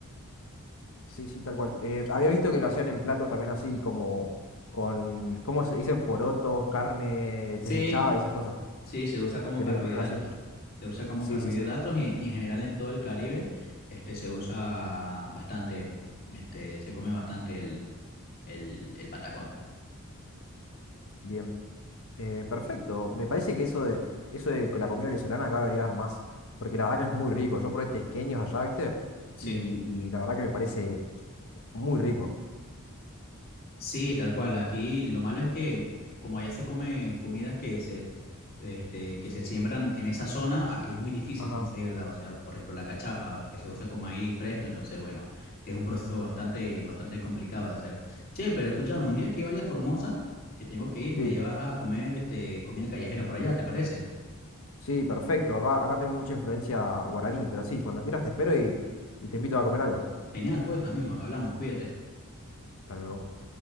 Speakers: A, on the left; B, on the left.
A: Sí, sí, tal cual. Eh, había visto que lo hacían en platos también así, como con, ¿cómo se dicen? Porotos, carne
B: Sí,
A: desmechada, esas cosas,
B: sí, se usa como
A: que
B: carbohidratos.
A: lo incluyen así.
B: Se usa como
A: Sí,
B: carbohidratos
A: sí, sí.
B: y, y en general en todo el Caribe, este, se usa bastante, este, se come bastante el, el, el patacón.
A: Bien, eh, perfecto. Me parece que eso de, eso de que la comida venezolana acá debería haber más, porque la verdad que es muy rico. Yo probé tequeños allá, ¿viste?
B: Sí,
A: Y, y la verdad que me parece muy rico.
B: sí, tal cual. Aquí lo malo es que como allá se come comidas que se este, que se siembran en esa zona, aquí es muy difícil
A: Ajá,
B: conseguirla. O sea, por ejemplo, la cachapa, que se usa con maíz fresco, entonces, bueno, es un proceso bastante, bastante complicado de hacer. Che, pero escúchame, un día que vaya a Formosa, que tengo que ir,
A: sí,
B: me llevas a comer este, comida callejera por allá, ¿te parece?
A: sí, perfecto. Acá, acá tenemos mucha influencia guaraní, pero sí, cuando quieras te espero y, y te invito a comer algo.
B: Genial, pues, amigo, hablamos, cuídate.
A: tal vez